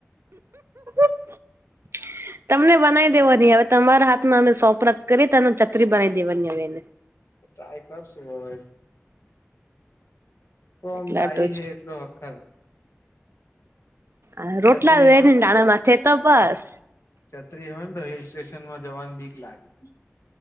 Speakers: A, on the right (about 65°); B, on the left (about 80°).
A: <inaudible> તમને બનાઈ દેવાની હવે તમારા હાથમાં અમે સોપરત કરી તમે ચતરી બનાવી દેવાની હવે એને.
B: ટ્રાય કરશું હવે. તો
A: એટલા
B: ઓમ ડાઈ
A: તો જ
B: હે એટલૂ હખર.
A: હ રોટલા
B: છત્રી
A: દેને ડાણા માંથે તો બસ.
B: ચતરી હોય ને તો હિલ સ્ટેશન માં જવાનું બીક લાગે.